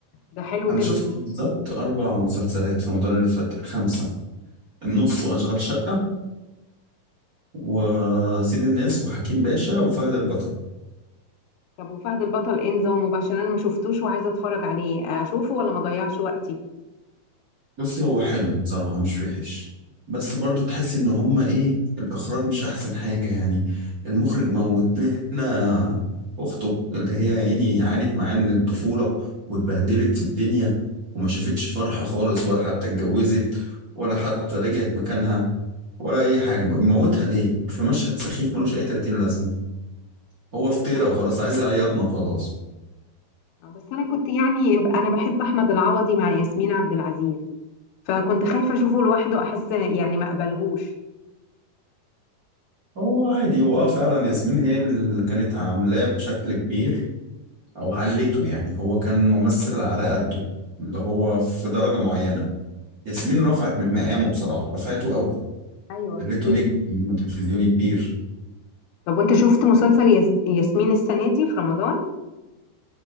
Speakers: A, on the left (about 85°); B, on the right (about 30°).
A: ده حلو
B: أنا
A: جدا
B: شفت بالظبط أربع مسلسلات في رمضان اللي فات خمسة النص وأشغال شقة وسيد الناس وحكيم باشا وفهد البطل
A: طب وفهد البطل انزه ومباشر انا ما شفتوش وعايزة اتفرج عليه اشوفه ولا ما اضيعش وقتي
B: بس هو حلو بصراحة مش وحش بس برضو تحس ان هما ايه الاخراج مش احسن حاجة يعني المخرج موت لنا اخته اللي هي يعني عانت معاه من الطفولة واتبهدلت في الدنيا وما شافتش فرحة خالص ولا حتى اتجوزت ولا حتى رجعت مكانها ولا اي حاجة موتها ليه في مشهد سخيف ملوش اي 30 لازمة هو افترى وخلاص عايز يعيطنا وخلاص
A: آه، بس انا كنت يعني ب- انا بحب احمد العوضي مع ياسمين عبد العزيز فكنت خايفه اشوفه لوحده احس يعني ما اقبلهوش
B: هو عادي هو اه فعلا ياسمين هي اللي كانت عاملاه بشكل كبير او علته يعني هو كان ممثل على قده اللي هو في درجة معينة ياسمين رفعت من مقامه بصراحة رفعته قوي
A: ايوه
B: خليته
A: كتير
B: نجم تلفزيوني كبير
A: طب وانت شفت مسلسل ياس- ياسمين السنه دي في رمضان